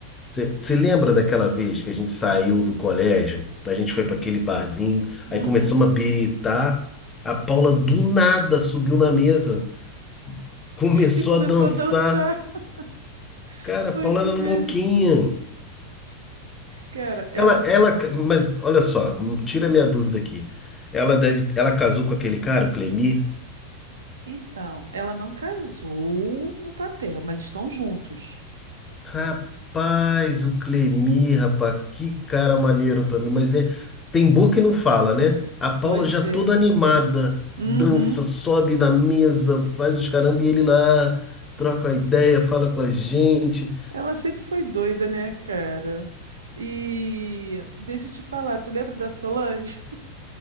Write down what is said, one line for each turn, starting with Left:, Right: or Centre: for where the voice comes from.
Left: Você lembra daquela vez que a gente saiu do colégio? A gente foi para aquele barzinho,
Right: Uhum.
Left: aí começamos a biritar. A Paula do nada subiu na mesa, começou
Right: E começou
Left: a dançar.
Right: a dançar. <laughs>
Left: Cara,
Right: Foi
Left: a Paula
Right: isso
Left: era
Right: mesmo.
Left: louquinha.
Right: Cara, ela
Left: Ela,
Right: sempre
Left: ela, mas olha só, tira
Right: Hum.
Left: minha dúvida aqui. Ela deve, ela casou com aquele cara, o Clemir?
Right: Então, ela não casou no papel, mas estão juntos.
Left: Rapaz, o Clemir, rapaz, que cara maneiro também. Mas é, tem boca que não fala, né? A Paula
Right: Pois
Left: já toda
Right: é.
Left: animada,
Right: Uhum.
Left: dança, sobe na mesa, faz os caramba e ele lá troca a ideia, fala com a gente.
Right: Ela sempre foi doida, né, cara? E deixa eu te falar, tu lembra da Solange? <laughs>